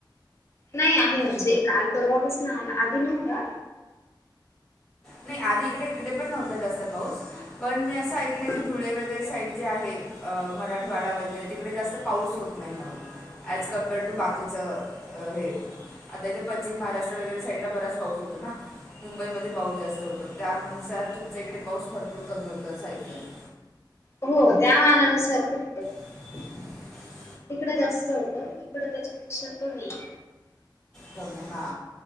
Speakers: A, on the left (about 35°); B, in the centre.
A: नाही आहे म्हणजे काल परवा पसन आला आधी नव्हता.
B: नाही. आधी इकडे इकडे पण नव्हत जास्त पाऊस, पण मी असं ऐकलं
A: हा
B: की धुळे वगैरे साईड जे आहे मराठवाडा वगैरे तिकडे जास्त पाऊस होत नाही म्हणून. ॲज कम्पेअर्ड टू बाकीचं हे आताच्या पश्चिम महाराष्ट्र वगैरे साईडला बराच पाऊस होतो ना. मुंबईमध्ये पाऊस जास्त होतो. त्या म नुसार तुमच्या इकडे पाऊस भरपूर कमी होतो असं ऐकलंय मी.
A: हो त्या मानानुसार खूप
B: <inaudible>
A: तिकडं जास्त होतं. इकडं त्याच्या पेक्षा कमीये.
B: कमी हा.